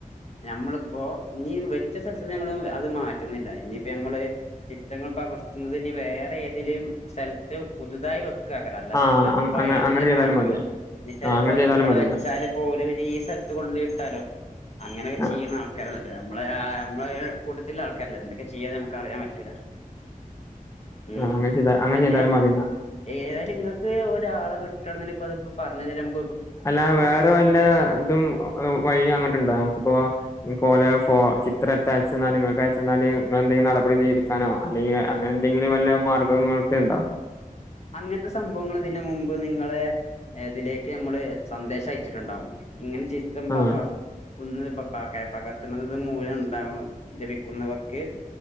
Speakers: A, on the left; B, on the left.
A: ഞമ്മള്പ്പോ ഇനി വെച്ച സ്ഥലത്ത്ന്ന് നമ്മള് അത് മാറ്റുന്നില്ല ഇനിപ്പൊ ഞമ്മള് ചിത്രങ്ങൾ പകർത്തുന്നത് ഇനി വേറേതേലും സ്ഥലത്ത് പുതുതായി വെക്ക്‌ ക്കാക്കണം അല്ലാതെ
B: ആ
A: നമ്മളിപ്പൊ പയേതില്ലെ
B: അങ്ങനെ ചെയ്താലും
A: മാറ്റൂല
B: മതി
A: ന്ന്ച്ചാല്
B: ആ അങ്ങനെ
A: പ്പൊ
B: ചെയ്താലും
A: ഇത്ബടെ
B: മതി
A: വെച്ചാല് പ്പൊ ഓല് പിന്നെ ഈ സ്ഥലത്ത് കൊണ്ടെട്ടാലോ അങ്ങനൊക്കെ
B: ആ
A: ചെയ്യ്ണാൾക്കാരാണോല് നമ്മളെ ആ നമ്മളെ കൂട്ടത്തില്ള്ളാൾക്കാരില്ലെ എന്തൊക്കെ ചെയ്യാന്ന് നമുക്കറിയാൻ പറ്റൂല ഉം
B: ആഹ് അങ്ങനെ ചെയ്ത അങ്ങനെ
A: പിന്നെ
B: ചെയ്താലും മതിന്നാ
A: ഏതായാലുങ്ങക്ക് ഒരാളെ കിട്ട് തങ്ങനെ ത്പ്പത്പ്പൊ പറഞ്ഞ് തെര മ്മക്ക്‌
B: അല്ല വേറെ വല്ല തും വയ്യും അങ്ങട്ട്ണ്ടോ ഇക്ക്പ്പോ ഇൻകോലെ ഫോ ചിത്രട്ത്ത് അയച്ചെന്നാൽ ഇങ്ങക്കയച്ചെന്നാല് നിങ്ങളെന്തെങ്കിലും നടപടി സ്വീകരിക്കാനോ അല്ലെങ്കി അങ്ങനെന്തെങ്കിലും വല്ല മാർഗ്ഗങ്ങളെത്തേണ്ടോ?
A: അങ്ങൻത്തെ സംഭവങ്ങളിതിന് മുമ്പ് നിങ്ങളെ തിലേക്ക് നമ്മള് സന്ദേശയച്ചിട്ട്ണ്ടാവും ഇങ്ങനെ ചിത്രം പ
B: ആഹ്
A: പ്പാസ് ന്ന് പ പ കെ പകർത്ത്ണത് മൂലംണ്ടാവ് ലഭിക്കുന്നവർക്ക്